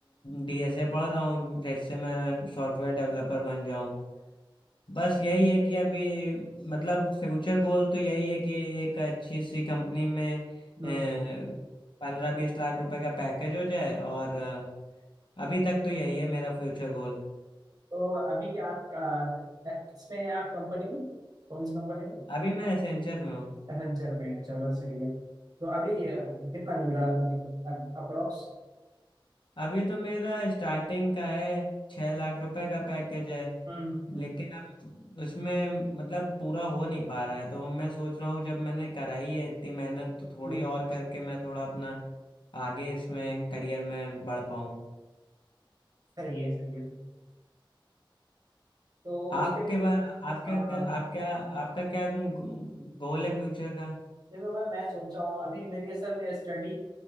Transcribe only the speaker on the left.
डीएसए पढ़ रहा हूँ जैसे मैं सॉफ्टवेयर डेवलपर बन जाऊं बस यही है कि अभी मतलब फ्यूचर गोल तो यही है कि एक अच्छी सी कंपनी में
पंद्रह बीस लाख रुपए का पैकेज हो जाए और अ, अभी तक तो यही है मेरा फ्यूचर गोल
अभी मैं एसेंचर में हूँ
अभी तो मेरा स्टार्टिंग का है छह लाख रुपए का पैकेज है
लेकिन
अब उसमें मतलब पूरा हो नहीं पा रहा है तो मैं सोच रहा हूँ जब मैंने कराई है इतनी मेहनत तो थोड़ी
और करके मैं थोड़ा अपना आगे इसमें करियर में बढ़ पाऊँ
आपके
बार आप क्या
कर, आप क्या आपका क्या गोल है फ्यूचर का